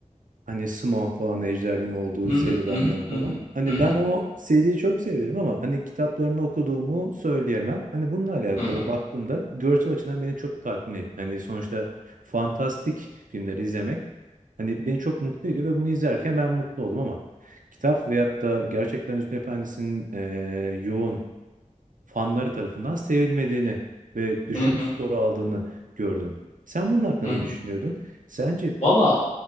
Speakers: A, on the right (about 80°); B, on the left (about 55°).
A: Hani Smaug falan Ejder'in olduğu
B: Hı
A: serüvenler
B: hı hı hı
A: falan.
B: hı
A: Hani
B: hı hı
A: ben o seriyi çok severim ama hani kitaplarını okuduğumu söyleyemem. Hani bununla alakalı
B: hı hı hı
A: baktığımda görsel açıdan beni çok tatmin etti. Hani sonuçta fantastik filmleri izlemek hani beni çok mutlu ediyor ve bunu izlerken ben mutlu oldum ama kitap veyahut da gerçekten Hüsnü Efendi'nin eee, yoğun fanları tarafından sevilmediğini ve düşük
B: hı hı
A: skoru aldığını gördüm. Sen bunun hakkında
B: hı
A: ne
B: hı.
A: düşünüyordun? Sence
B: Valla